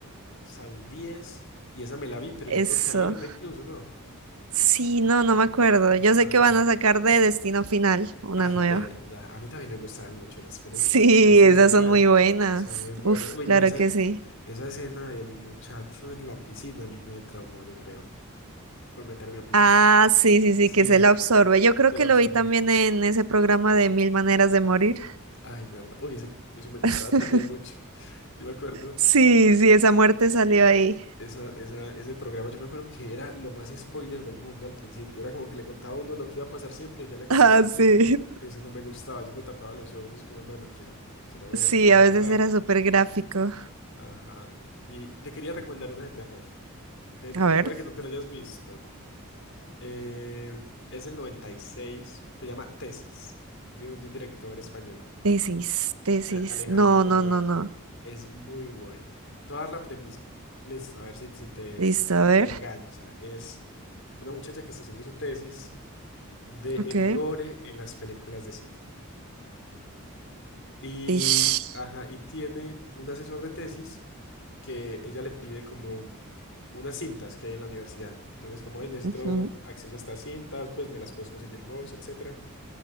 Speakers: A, on the left (about 60°); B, on the right (about 80°).
A: Saudíes, y esa me la vi, pero
B: Eso.
A: yo creo que hay otra incluso, ¿no?
B: Sí, no, no me acuerdo. Yo sé
A: Ajá.
B: que van a sacar de Destino Final una
A: Ay,
B: nueva.
A: verdad. A mí también me gustaban mucho esas películas.
B: Sí,
A: Destino
B: esas
A: Final.
B: son muy buenas.
A: Son muy buenas.
B: Uf,
A: Uy,
B: claro
A: no, esa,
B: que sí.
A: esa escena del muchacho en la piscina a mí me traumó, yo creo, con meterme a piscina.
B: Ah, sí, sí,
A: Sí,
B: sí, que se la absorbe. Yo creo
A: se
B: que
A: la absorbe.
B: lo vi también en ese programa de Mil Maneras de Morir.
A: Ay, verdad. Uy, ese, eso me gustaba
B: <laughs>
A: <laughs> también mucho. Yo me acuerdo.
B: Sí, sí, esa muerte salió ahí.
A: Esa, esa, ese programa, yo me acuerdo que era lo más spoiler del mundo al principio. Era como que le contaba a uno lo que iba a pasar siempre
B: <laughs>
A: y ya le contaba
B: Ah,
A: la historia.
B: sí.
A: Eso no me gustaba. Yo me tapaba los ojos como, no, no quiero, no quiero ver
B: Sí,
A: qué
B: a
A: va a pasar.
B: veces era súper gráfico.
A: Ajá. Y te quería recomendar una de terror, que
B: A ver.
A: puede que no te la hayas visto. Eh, es del noventa y seis se llama Tesis, de un, de un director español.
B: Tesis, tesis.
A: A- Alejandra
B: No,
A: Amenábar.
B: no, no, no.
A: Es muy buena. Te voy a dar la premisa. Listo, a ver si, si te
B: Listo, a ver.
A: engancha. Es una muchacha que está haciendo su tesis de
B: Ok.
A: el gore en las películas de cine. Y,
B: Ish.
A: ajá, y tiene un asesor de tesis que ella le pide como unas cintas que hay en la universidad. Entonces, como "Ey, necesito
B: Ujú.
A: acceso a estas cintas, pues me las puedes conseguir vos, etcétera.